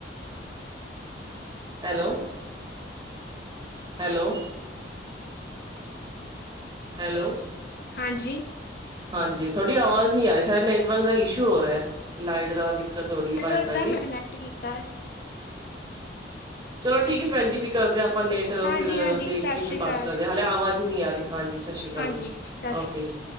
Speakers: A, on the right; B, on the left.
A: ਹੈਲੋ। ਹੈਲੋ। ਹੈਲੋ।
B: ਹਾਂਜੀ।
A: ਹਾਂਜੀ ਤੁਹਾਡੀ ਆਵਾਜ਼ ਨੀ ਆ ਰਈ ਸ਼ਾਇਦ ਨੈੱਟਵਰਕ ਦਾ ਇਸ਼ੂ ਹੋ ਰੇਐ। ਲਾਈਟ ਦਾ ਦਿੱਕਤ ਹੋ ਰਈ
B: ਨੈਟਵਰਕ
A: ਏ ਵਾਈ ਫਾਈ
B: ਦਾ
A: ਦੀ।
B: ਮੈਂ ਕਨੈਕਟ ਕੀਤਾ
A: ਚਲੋ ਠੀਕ ਏ ਭੈਨਜੀ ਫਿਰ ਕਰਦੇ ਆਂ ਆਪਾਂ ਨੈਟ
B: ਹਾਂਜੀ
A: ਫਿਰ
B: ਹਾਂਜੀ
A: ਦੇਖ
B: ਸਤਿ
A: ਕੇ ਫਿਰ
B: ਸ੍ਰੀ ਅਕਾਲ
A: ਬੱਸ ਕਰਦੇ ਆ, ਹਾਲੇ ਆਵਾਜ਼ ਈ ਨੀ ਆ ਰਈ ਹਾਂਜੀ ਸਸ ਸ੍ਰੀ ਕਾਲ
B: ਹਾਂਜੀ
A: ਜੀ
B: ਸਤਿ ਸ਼੍ਰੀ
A: ਓਕੇ ਜੀ।